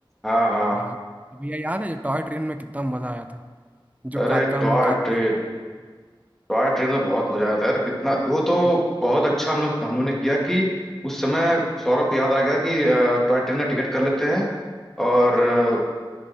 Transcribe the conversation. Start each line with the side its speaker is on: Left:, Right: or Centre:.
Centre: हाँ हाँ
Right: हाँ भैया याद है जो टॉय ट्रेन में कितना मजा आया था जो
Centre: अरे
Right: कालका हम
Centre: टॉय
Right: लोग कालका
Centre: ट्रेन टॉय ट्रेन में बहुत मजा आया था यार कितना वो तो
Right: से
Centre: बहुत अच्छा हम लोग हम लोगों ने किया कि उस समय सौरभ को याद आ गया कि अ, टॉय ट्रेन का टिकट कर लेते हैं और अ,